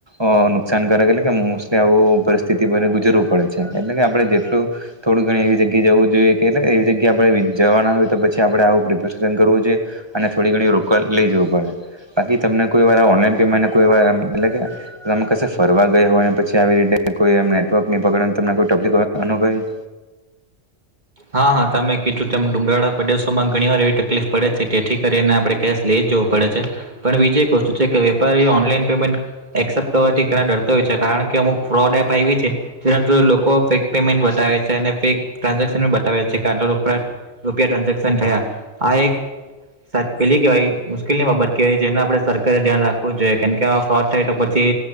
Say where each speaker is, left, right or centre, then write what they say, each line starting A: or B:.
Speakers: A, on the right (about 20°); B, on the right (about 35°).
A: અ નુકસાનકારક એટલે કે મોસ્ટલી આવું પરિસ્થિતિ પર ગુજરવું પડે છે એટલે કે આપણે જેટલું થોડું ઘણી એવી જગ્યાએ જવું જોઈએ કે એટલે એવી જગ્યાએ આપણે જવાના હોય તો પછી આપણેે આવું પ્રિપેરેશન કરવું જોઈએ અને થોડી ઘણી રો લઈ જવું પડે બાકી તમને કોઈ વાર ઓનલાઈન પેમેન્ટ તમે કસે ફરવા ગયા હોય પછી આવી રીતે કોઈ નેટવર્ક ની પકડે તફલીલી અનુભવી
B: હા હા તમે કીધું ડુંગાળા પડદેશોમાં ઘણી વાર એવી તકલીફ પડે છે જેથી કરીને આપણે કેશ લઈ જ જવું પડે છે પણ બીજી એક વસ્તુ છે કે વેપારી ઓનલાઈન પેમેન્ટ એસેપ્ટ કરવાથી ઘણા ડરતા હોય છે કારણ કે અમુક ફ્રોડ એપ આવી છે તે લોકો ફેક પેમેન્ટ બતાવે છે અને ફેક ટ્રાન્ બતાવે છે આટલા રોકડા રૂપિયા ટ્રાન્ઝેક્શન થયા આ એક પેલી કેવાય મુશ્કેલની બાબત કેવાય જેને આપણે સરકારે ધ્યાન રાખવું જોઈએ કેન કે આવા ફ્રોડ થાય તો પછી